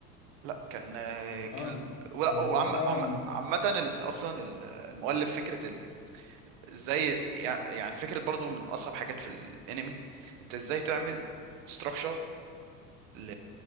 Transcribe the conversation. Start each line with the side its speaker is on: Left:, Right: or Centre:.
Right: لا كان آه،
Left: اه
Right: كان ولا
Left: هو
Right: وعم
Left: فعلا
Right: عم عامه ال- اصلا ال- المؤلف فكره ال- ازاي يع- يعني فكره برضو من اصعب حاجات في الانمي انت ازاي تعمل ستراكشر ل...